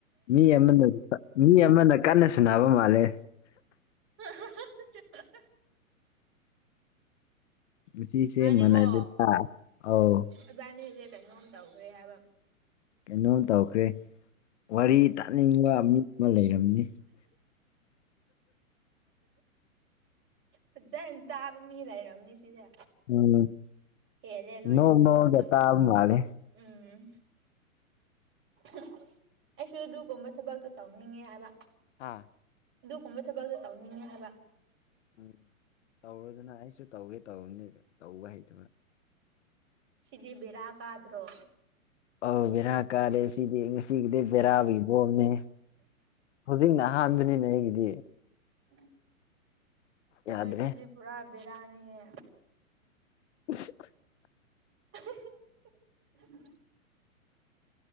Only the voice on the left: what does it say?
ꯃꯤ ꯑꯃꯅ ꯃꯤ ꯑꯃꯅ ꯀꯟꯅ ꯁꯅꯕ ꯃꯥꯜꯂꯦ
ꯉꯁꯤꯁꯦ
ꯃꯥꯟꯅꯗꯦꯗ ꯑꯧ
ꯀꯩꯅꯣꯝ ꯇꯧꯈ꯭ꯔꯦ ꯋꯥꯔꯤ ꯇꯥꯅꯤꯡꯕ ꯃꯤ ꯑꯃ ꯂꯩꯔꯝꯅꯤ
ꯎꯝ
ꯅꯣꯛ
ꯅꯣꯛꯑꯒ
ꯇꯥꯕ ꯃꯥꯜꯂꯦ
ꯍꯥꯥ
ꯎꯝ ꯇꯧꯔꯣꯗꯅ ꯑꯩꯁꯨ ꯇꯧꯒꯦ ꯇꯧꯕꯅꯤ ꯇꯧꯕ ꯍꯩꯇꯕ
ꯑꯧ ꯕꯦꯔꯥ ꯀꯥꯔꯦ ꯁꯤꯗꯤ ꯉꯁꯤꯒꯤꯗꯤ ꯕꯦꯔꯥꯒꯤ ꯕꯣꯝꯅꯦꯍꯦ ꯍꯧꯖꯤꯛꯅ ꯑꯍꯥꯟꯕꯅꯤꯅꯦ ꯑꯩꯒꯤꯗꯤ
ꯌꯥꯗ꯭ꯔꯦ
<inaudible>